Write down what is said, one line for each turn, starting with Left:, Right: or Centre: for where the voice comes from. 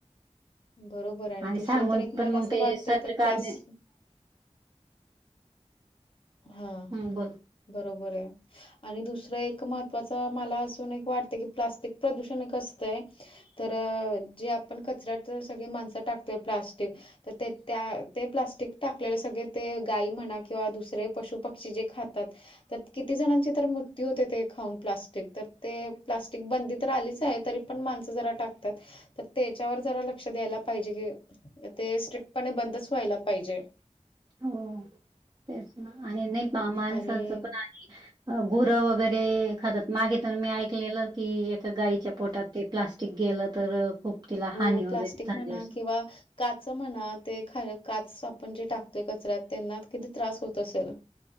Left: बरोबर हाय आणि
Right: सांगून
Left: दुसरं तर एक
Right: पण
Left: मला
Right: मग
Left: असं
Right: ते
Left: वाटतंय
Right: सरकारने
Left: ते प्लास -- हा.
Right: हं, बोल.
Left: बरोबर हाये. आणि दुसरं एक महत्त्वाच मला असून एक वाटतयं की, प्लास्टिक प्रदूषण एक असतंय. तर जे आपण कचऱ्यात सगळी माणसं टाकतोय प्लास्टिक. तर ते त्या ते प्लास्टिक टाकलेले सगळे ते गाई म्हणा किंवा दुसरे -- पशु पक्षी जी खातात. तर किती जणांची तर मृत्यू होतेतयं खाऊन प्लास्टिक. तर ते प्लास्टिक बंदी तर आलीच आहे. तरी प -- पण माणस जरा टाकतात. तर त्याच्यावर जरा लक्ष द्यायला पाहिजे की. ते स्ट्रिक्टपणे बंदच व्हायला पाहिजे.
Right: हो. तेच ना आणि नाही माणसांचं
Left: आणि
Right: पण गुरं वगैरे खातात. मागे तर मी ऐकलेलं की गाईच्या पोटात ते प्लास्टिक गेलं तर खूप तिला
Left: हो.
Right: हानी वगैरे
Left: प्लास्टिक
Right: झाली
Left: म्हणा
Right: असं.
Left: किंवा- - काच म्हणा ते खा काच आपण जे टाकतोय कचऱ्यात त्यांना किती त्रास होत असेल.